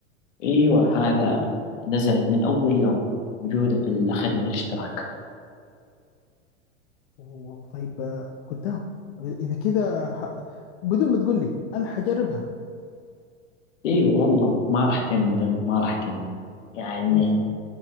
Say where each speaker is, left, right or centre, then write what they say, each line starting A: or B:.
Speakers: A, on the left; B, on the left.
A: أيوة هذا نزلت من أول يوم موجودة في خدمة الاشتراك
B: أوه، طيب آه، قدام اذا كذا ح... بدون ما تقول لي انا حجربها
A: أيوة والله ما راح تندم ما راح تندم يعني
B: ان شاء الله